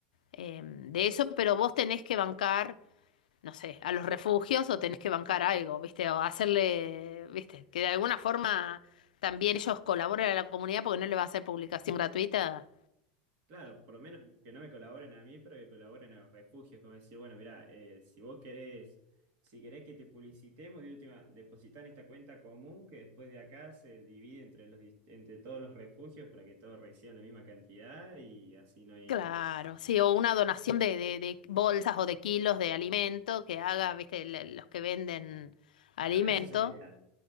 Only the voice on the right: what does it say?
Claro, por lo menos que no me colaboren a mí, pero que colaboren a los refugios, como decir, bueno, mirá, eh, si vos querés, si querés que te publicitemos, de última, depositá en esta cuenta común que después de acá se divide entre los, dis- entre todos los refugios para que todos reciban la misma cantidad y así no hay.
Claro, eso sería ideal.